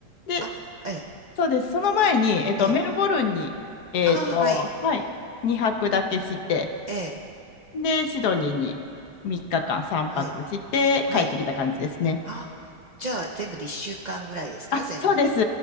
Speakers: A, on the left (about 65°); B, on the right (about 50°).
A: で、
B: あ、ええ、
A: そうです。その前に、えっと、
B: ええ。
A: メルボルンに、えっと、
B: あ、はい。
A: はい、2泊だけして、
B: ええ、
A: で、シドニーに3日間3泊して帰ってきた感じですね。
B: はい。はい。あ、じゃあ全部で1週間ぐらいですか全。
A: あ、そうです。